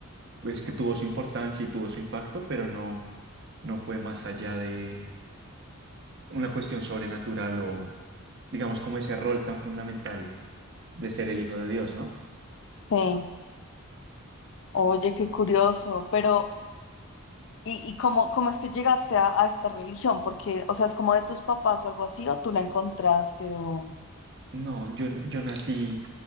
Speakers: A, on the right (about 55°); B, on the left (about 60°).
A: pues que tuvo su importancia y tuvo su impacto, pero no, no fue más allá de una cuestión sobrenatural o, digamos, como ese rol tan fundamental de ser el Hijo de Dios, ¿no?
B: Sí. Oye, qué curioso, pero, ¿Y, y cómo, cómo es que llegaste a, a esta religión? Porque, o sea, es como de tus papás o algo así, o tú la encontraste, o...
A: No, yo, yo nací